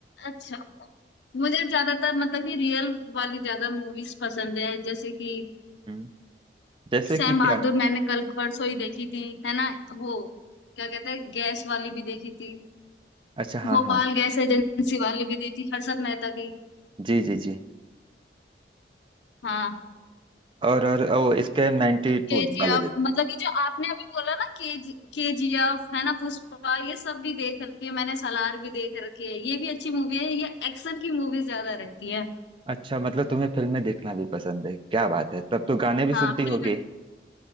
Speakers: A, on the left; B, on the right.
A: अच्छा मुझे ज्यादातर मतलब कि रियल वाली ज्यादा मूवीज पसंद है जैसे कि
B: हम्म जैसे
A: सैम
B: कि क्या
A: बहादुर मैंने कल परसों ही देखी थी है ना वो क्या कहते हैं गैस वाली भी देखी थी
B: अच्छा हाँ
A: गोपाल
B: हाँ
A: गैस एजेंसी वाली भी दी थी हर्षद मेहता की
B: जी जी जी
A: हाँ
B: और और ओ स्कैम 92
A: केजीएफ
B: बालाजी
A: मतलब कि जो आपने अभी बोला ना केजी केजीएफ है ना पुष्पा ये सब भी देख रखी है मैंने सलार भी देख रखी है ये भी अच्छी मूवी है ये एक्शन की मूवी ज्यादा रहती है
B: अच्छा मतलब तुम्हें फिल्में देखना भी पसंद है क्या बात है तब तो गाने भी
A: हाँ
B: सुनती होगी
A: फिल्म